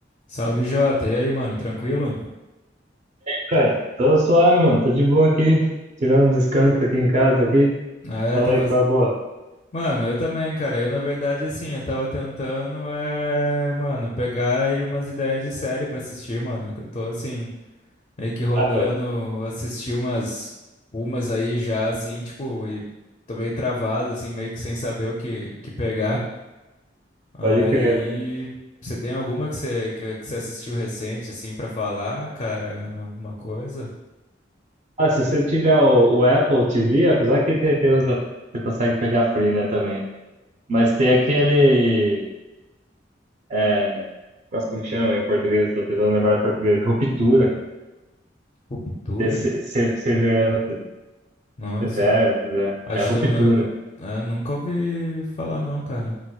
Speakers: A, on the left; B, on the right.
A: Salve, Jota. E aí, mano, tranquilo?
B: Fred, tô suave, mano. Tô de boa aqui. Tirando um descanso aqui em casa aqui.
A: Ah, é,
B: Falei
A: tá fazendo.
B: com a boa.
A: Mano, eu também, cara. Eu, na verdade, assim, eu tava tentando, é, mano, pegar aí umas ideias de série pra assistir, mano. Que eu tô, assim, meio que rodando,
B: Ah, pô,
A: assisti umas, umas aí já, assim, tipo, e tô meio travado, assim, meio que sem saber o que, o que pegar. Aí,
B: pode crer. pô.
A: você tem alguma que você, que, que você assistiu recente, assim, pra falar, cara? Alguma coisa?
B: Ah, se você tiver o, o Apple TV, apesar que tem, tem usa, você consegue pegar free, né, também. Mas tem aquele. É, nossa, como que chama em português? Tô tentando lembrar em português. Ruptura.
A: Ruptura?
B: De se- se- Severance.
A: Nossa.
B: Severance, né?
A: Acho
B: É ruptura.
A: que eu, não, eu nunca ouvi falar, não, cara.